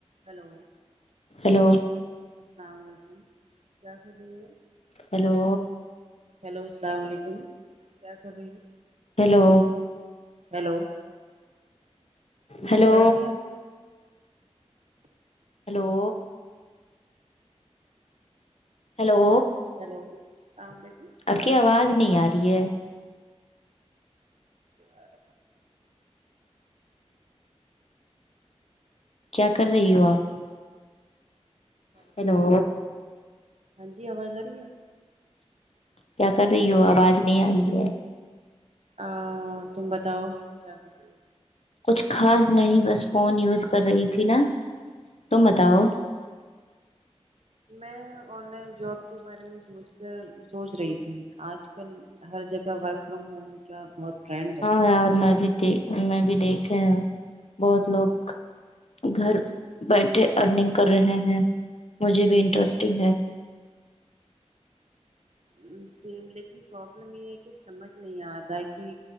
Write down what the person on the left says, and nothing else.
ہیلو
ہیلو
ہیلو
ہیلو
ہلو ہیلو
آپ کی آواز نہیں آ رہی ہے
کیا کر رہی ہو آپ ہیلو
کیا کر رہی ہو آواز نہیں آ رہی ہے
کچھ خاص نہیں بس فون یوز کر رہی تھی نا تو بتاؤ
ہاں ار آار بھی میں بھی دیکھے ہیں بہت لوگ گھر بیٹٹھے ارننگ کر رہے ہیں مجھے
بھی انٹرسٹنگ ہے